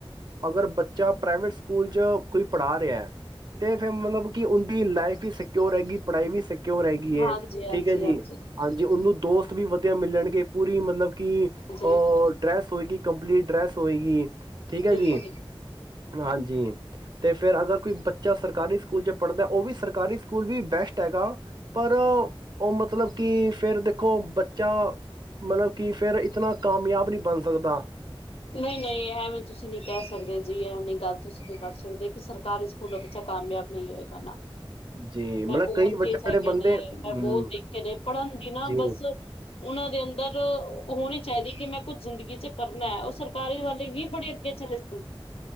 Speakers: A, on the right; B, on the left.
A: ਅਗਰ ਬੱਚਾ ਪ੍ਰਾਈਵੇਟ ਸਕੂਲ 'ਚ ਕੋਈ ਪੜ੍ਹਾ ਰਿਹਾ ਹੈ ਤਾਂ ਫਿਰ ਮਤਲਬ ਕਿ ਉਹਦੀ ਲਾਈਫ ਵੀ ਸਿਕਿਓਰ ਹੈਗੀ ਪੜ੍ਹਾਈ ਵੀ ਸਿਕਿਓਰ ਹੈ ਗਈ
B: ਹਾਂਜੀ,
A: ਏ
B: ਹਾਂਜੀ,
A: ਠੀਕ ਹੈ ਜੀ
B: ਹਾਂਜੀ,
A: ਹਾਂਜੀ ਉਹਨੂੰ ਦੋਸਤ ਵੀ ਵਧੀਆ ਮਿਲਣਗੇ ਪੂਰੀ ਮਤਲਬ ਕਿ ਉਹ
B: ਹਾਂਜੀ
A: ਡਰੈਸ ਹੋਏਗੀ ਕੰਪਲੀਟ ਡਰੈੱਸ ਹੋਵੇਗੀ। ਠੀਕ ਹੈ
B: ਬਿਲਕੁਲ
A: ਜੀ ਹਾਂਜੀ। ਜੀ ਤੇ ਫੇਰ ਅਗਰ ਕੋਈ ਬੱਚਾ ਸਰਕਾਰੀ ਸਕੂਲ 'ਚ ਪੜ੍ਹਦਾ ਉਹ ਵੀ ਸਰਕਾਰੀ ਸਕੂਲ ਵੀ ਬੈਸਟ ਹੈਗਾ ਪਰ ਉਹ ਮਤਲਬ ਕਿ ਫੇਰ ਦੇਖੋ ਬੱਚਾ ਮਤਲਬ ਕਿ ਫੇਰ ਇਤਨਾ ਕਾਮਯਾਬ ਨਹੀਂ ਬਣ ਸਕਦਾ।
B: ਨਹੀਂ ਨਹੀਂ ਐਵੇਂ ਤੁਸੀਂ ਨਹੀਂ ਕਹਿ ਸਕਦੇ ਜੀ ਐਵੇ ਗੱਲ ਤੁਸੀਂ ਨਹੀਂ ਕਰ ਸਕਦੇ ਕਿ ਸਰਕਾਰੀ ਸਕੂਲ ਦਾ ਬੱਚਾ ਕਾਮਯਾਬ ਨਹੀਂ ਹੋਏਗਾ ਨਾ।
A: ਜੀ ਮਤਲਬ
B: ਮੈਂ ਬਹੁਤ
A: ਕਈ ਵੱਡੇ
B: ਕੇਸ‌
A: ਵੱਡੇ
B: ਹੈਗੇ
A: ਬੰਦੇ
B: ਨੇ
A: ਹੂੰ
B: ਮੈਂ ਬਹੁਤ ਦੇਖੇ ਨੇ ਪੜ੍ਹਨ ਦੀ ਨਾ
A: ਜੀ
B: ਬਸ ਉਹਨਾਂ ਦੇ ਅੰਦਰ ਹੋਣੀ ਚਾਹੀਦੀ ਕਿ ਮੈਂ ਕੁਝ ਜ਼ਿੰਦਗੀ ਚ ਕਰਨਾ। ਸਰਕਾਰੀ ਵਾਲੇ ਵੀ ਬੜੀ ਅੱਗੇ ਚਲੇ ਸਨ